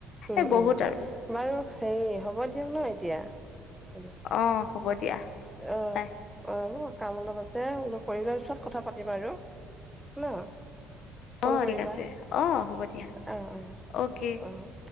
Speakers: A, in the centre; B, on the left.
A: উম,
B: এ,
A: উম।
B: বহুত আৰু
A: বাৰু হেৰি হ'ব দিয়ক ন' এতিয়া।
B: অ', হ'ব দিয়া।
A: অ',
B: বাই
A: অ', হ'ব কাম অলপ আছে, অলপ কৰি লোৱা পিছত কথা পাতিম আৰু। ন', ফোন
B: অ
A: কৰিবা,
B: ঠিক আছে অ হ'ব দিয়া
A: অ',
B: অ'কে
A: অ', অ'।